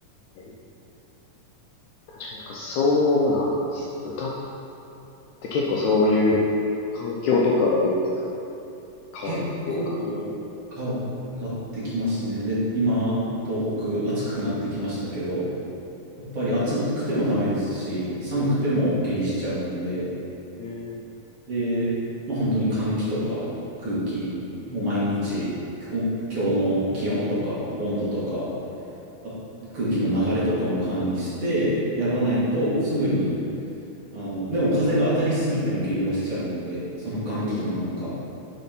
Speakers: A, on the left; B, on the right.
A: ええ確かになんかそうなんですね。豚って結構そういう環境とかで大きく変わるっていうか。
B: 結構変わってきますね。で、今、東北暑くなってきましたけど、やっぱり暑くてもダメですし、寒くても下痢しちゃうんで、
A: うん。
B: で、まあ、本当に換気とか空気、もう毎日、お今日の気温とか温度とか、あ空気の流れとかも管理してやらないとすぐに、
A: え、
B: あの、でも風が当たりすぎても下痢はしちゃうんで、その換気もなんか
A: うん。